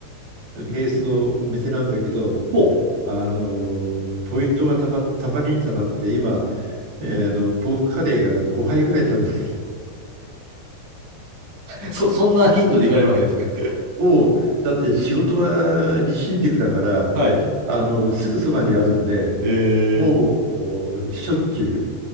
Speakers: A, on the right (about 70°); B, on the right (about 50°).
A: がベースのお店なんだけど、
B: ほ
A: あのポイントがたま、たまりにたまって今、えーあのポークカレーが5杯ぐらい食べない
B: う。<laughs> そ、そんな頻度で行かれるわけですね。
A: <laughs> もうだって仕事が日新宿だから
B: <laughs> はい。
A: あのすぐそばにあるんで
B: えー。
A: もうしょっちゅう、